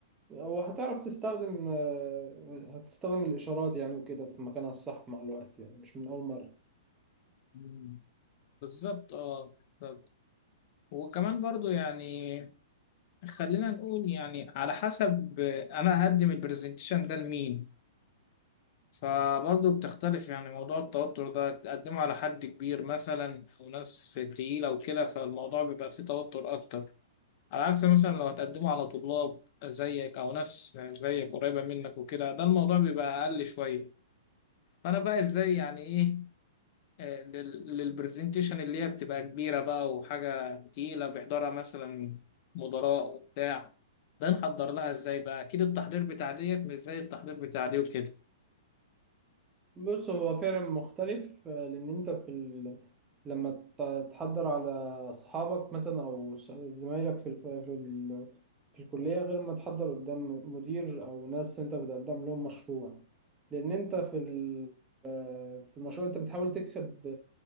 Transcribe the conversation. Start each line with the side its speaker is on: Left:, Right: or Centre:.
Right: وهتعرف تستخدم آه، هتستخدم الاشارات يعني وكده في مكانها الصح مع الوقت يعني مش من اول مرة
Left: مم. بالظبط اه بالظبط. وكمان برضو يعني خلينا نقول يعني على حسب انا هقدم البرزنتيشن ده لمين فبرضه بتختلف يعني موضوع التوتر ده تقدمه على حد كبير مثلا أو ناس تقيلة وكده فالموضوع بيبقى فيه توتر أكتر على عكس مثلا لو هتقدمه على طلاب زيك أو ناس زيك قريبة منك وكده ده الموضوع بيبقى أقل شوية فأنا بقى إزاي يعني إيه آه، لل- للبرزنتيشن اللي هي بتبقى كبيرة بقى وحاجة تقيلة بيحضرها مثلا مدراء وبتاع ده نحضر لها إزاي بقى أكيد التحضير بتاع ديت مش زي التحضير بتاع دي وكده
Right: بص هو فعلا مختلف آه، لان انت في ال... لما ت- تحضر على اصحابك مثلا او ص- زمايلك في الف... في ال... في الكليه غير ما تحضر قدام مدير او ناس انت بتقدم لهم مشروع لان انت في ال... في المشروع انت بتحاول تكسب